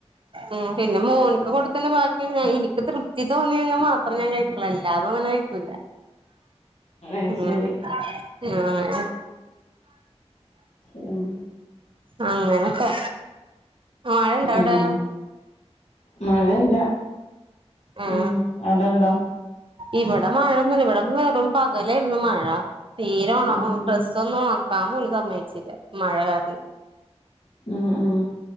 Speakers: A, on the right; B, on the left.
A: ഉം പിന്നെ മോൻക്കും ബാക്കി ഞ എനിക്ക് തൃപ്തി തോന്നിയെങ്കിൽ മാത്രം ഞാൻ കഴിക്കുള്ളൂ എല്ലാതും അങ്ങനെ കഴിക്കൂല്ല
B: അയ്ശരി
A: ഉം ഉം
B: ഉം
A: ആ അങ്ങനൊക്കെ മഴ ഇണ്ട അവിടെ
B: ഉം മഴല്ല
A: ആഹ്
B: ഉം അടെണ്ടോ
A: ഇവിടെ മഴൊന്നുല്ല ഇവിടെ വെറും പകലായിരുന്നു മഴ തീരെ
B: ഉം
A: ഡ്രസ്സൊന്നും
B: ഉം
A: ഒണ ക്കാ പോലും സമ്മയ്ച്ചില്ല മഴ കാരണം
B: ഉം ഉം